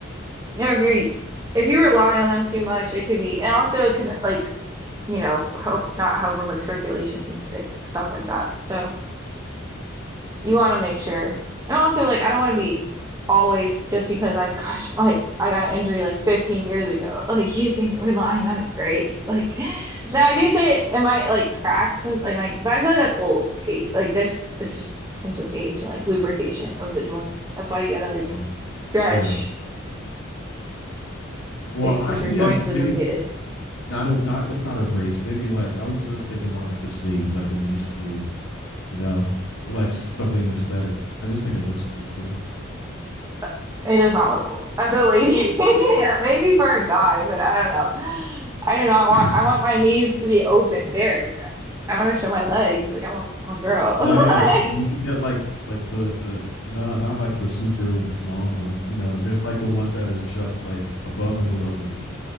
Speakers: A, on the right; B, on the left.
A: you know if you're if you rely on them too much, it could be and also it can like you know help not help with like circulations and stuff stuff like that. So. you want to make sure. And also, like, I don't want to be always just because I <laughs> crush, like, I got an injury like 15 years ago, <laughs> like, you using relying on a brace. Like, <laughs> now I do say it, it might like crack some, like, my, but I feel like that's old. a- Like, this, this just comes with age and like lubrication of the joint. That's why you gotta like
B: Oh,
A: stretch
B: yeah.
A: so
B: Well,
A: you can
B: actually,
A: keep your joints
B: yeah,
A: lubricated.
B: maybe not a not if not a brace, maybe like I was just thinking more like a sleeve, like a knee sleeve, you know, like something aesthetic. I just think it looks cool too.
A: Uh, It does not look cool as a lady. <laughs> Yeah, Maybe for a guy, but I don't know. I do not want.
B: <laughs>
A: I want my knees to be open, bare. I want to show my legs. Like I'm a, I'm a girl.
B: No,
A: <laughs> Like,
B: no, no. You can get like like the no, not like the super l- long ones. You know, there's like the ones that is just like above and below the knee,